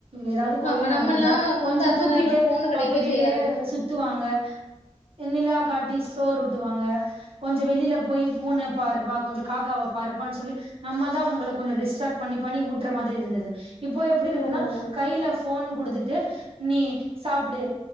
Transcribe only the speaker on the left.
ஆமா நம்மல்லா
வந்து அந்த
நேரத்துல ஃபோனு கெடையவே
செய்யாது
ஆமா ஆமா